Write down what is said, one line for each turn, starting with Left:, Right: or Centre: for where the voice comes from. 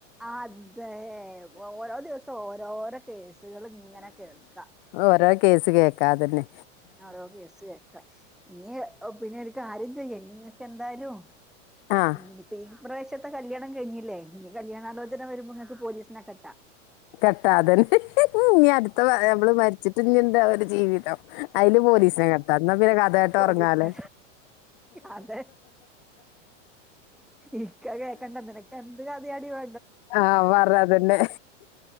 Centre: അതേ ഓരോദിവസം ഓരോരോ കേസ് ത്കള്ങ്ങനെ കേൾക്കാ
Left: ഓരോ കേസ് കേക്കാതെന്നെ
Centre: ഓരോ കേസ്കേക്ക ഇനി പിന്നെനിക്കാര്യ ചെയ്യ് ഇനിങ്ങക്ക്എന്തായാലും
Left: ആഹ്
Centre: ഇനിപ്പോ ഇപ്രാശ്യത്തെ കല്ല്യാണം കഴിഞ്ഞില്ലേ ഇനി കല്യാണാലോചന വരുമ്പൊങ്ങക്ക് പോലീസിനെ കെട്ടാ
Left: കെട്ടാ അതെന്നെ ഞ്ഞിഅടുത്ത നമ്മള് മരിച്ചിട്ട് ഞ്ഞിണ്ടാവൊല്ലൊ ജീവിതം അയില് പോലീസ്നെ കെട്ടാ ന്നാപിന്നെ കഥേട്ട്
Centre: പോലീസിനെ
Left: ഒറങ്ങാലൊ
Centre: അതെ ഇക്ക കേക്കണ്ട നിനക്കെന്ത് കഥയാടി വേ
Left: ആ പറ്ഞ്ഞതന്നെ